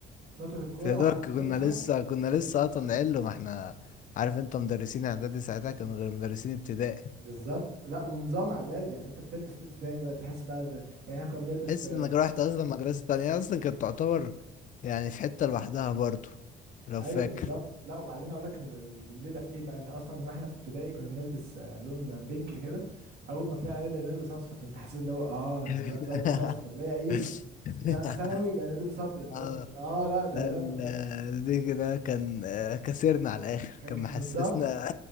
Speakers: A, on the right; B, on the left.
A: بتنطط الكوره
B: يا دوب
A: وعمال
B: كنا
A: تضحك
B: لسه كنا لسه اصلا علو ما احنا عارف انت مدرسين اعدادي ساعتها كانوا غير مدرسين ابتدائي
A: بالظبط لا ونظام اعدادي يعني انت بتلبس لبس تاني بقى تحس بقى ال... يعني احنا كنا بنلبس
B: تحس
A: في
B: انك رحت اصلا مدرسة تانية اصلا كانت تعتبر يعني في حتة لوحدها برضه لو
A: ايوه
B: فاكر
A: بالظبط لا وبعدين اقول لك ال- الليله في ايه بقى انت اصلا واحنا في ابتدائي كنا بنلبس آه، لون بينك كده اول ما طلعنا بقى نلبس اصفر فانت حسيت اللي هو اه انا
B: <laughs>
A: دلوقتي بلبس اصفر ليا قيمه
B: <laughs>
A: لا، ثانوي بقى نلبس ابيض فاهم
B: اه
A: اه لا اتغيرنا
B: ده ال-
A: فاهم
B: البيج ده كان آه، كسرنا على الاخر
A: كان
B: كان
A: ك-
B: محسسنا
A: بالظبط